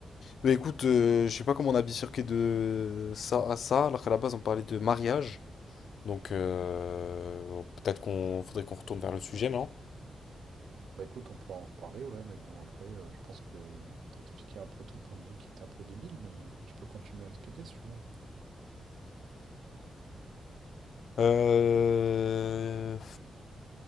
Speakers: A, on the left; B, on the right.
A: Mais écoute, euh, je sais pas comment on a bifurqué de ça à ça, alors qu'à la base on parlait de mariage. Donc euh, peut-être qu'on faudrait qu'on retourne vers le sujet, non?
B: bah écoute, on peut en reparler, ouais, mais bon après, euh, je pense que t'as expliqué un peu ton point de vue qui était un peu débile, mais tu peux continuer à expliquer si tu veux.
A: Euh...